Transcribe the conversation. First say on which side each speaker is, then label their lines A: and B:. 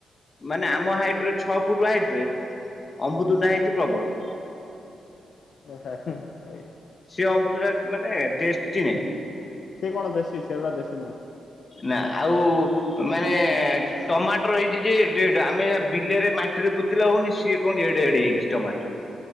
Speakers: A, on the left; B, on the left.
A: ମାନେ ଆମ ହାଇଟ୍ ରେ ଛଅ ଫୁଟ ହାଇଟ୍ ରେ ଆମ୍ବୃତ ଭଣ୍ଡା ହେଇଛି ପ୍ରବଳ।
B: <inaudible>
A: ସେ ଅମୃତ ଭଣ୍ଡା ମାନେ ଟେଷ୍ଟି ନାହିଁ।
B: ସେ କଣ ଦେସି, ସେଗୁଡ଼ା ଦେସି ନୁହଁ।
A: ନା ଆଉ ମାନେ ଟମାଟୋର ହେଇଚି ଯେ ଏଡ଼େ-ଏଡ଼େ, ଆମେ ବିଲେରେ ମାଟିରେ ପୋତିଲେ ହଉନି ସିଏ କଣ ଏଡେ-ଏଡେ ହେଇଚି ଟମାଟର।